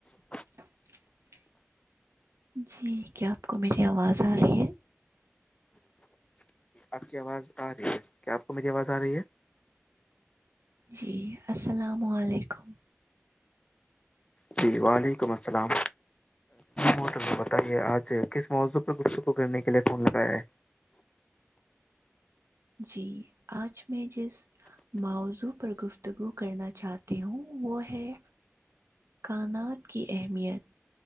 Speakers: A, on the right; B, on the left.
A: <inaudible>
B: ہ
A: جی کیا آپ کو میری آواز آ رہی ہے
B: آپ کی آواز آ رہی ہے کیا آپ کو میری آواز آ رہی ہے
A: جی السلام علیکم
B: جی وعلیکم السلام ہوٹل بتائیے آج کس موضوع پر صوں کو گنے کے لیے فون لگایا ہے
A: جی آج میں جس ماوضوع پر گفتگو کرنا چاہتی ہوں وہ ہے کائانات کی اہمیت